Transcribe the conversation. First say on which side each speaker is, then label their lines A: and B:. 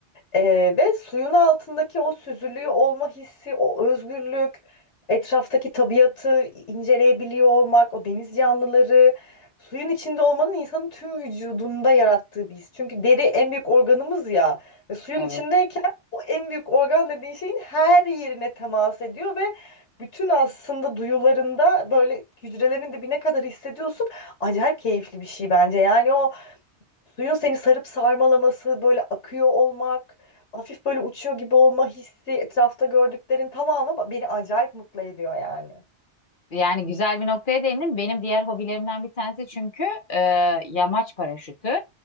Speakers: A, on the left; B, on the left.
A: Ee, ve suyun altındaki o süzülüğü olma hissi, o özgürlük, etraftaki tabiatı inceleyebiliyor olmak, o deniz canlıları, suyun içinde olmanın insanın tüm vücudunda yarattığı bir his. Çünkü deri en büyük organımız ya ve suyun
B: Evet.
A: içindeyken o en büyük organ dediğin şeyin her yerine temas ediyor ve bütün aslında duyularında böyle hücrelerin dibine kadar hissediyorsun. Acayip keyifli bir şey bence. Yani o Suyun seni sarıp sarmalaması, böyle akıyor olmak, hafif böyle uçuyor gibi olma hissi, etrafta gördüklerin tamamı ba- beni acayip mutlu ediyor yani.
B: Yani güzel bir noktaya değindim. Benim diğer hobilerimden bir tanesi çünkü e, yamaç paraşütü.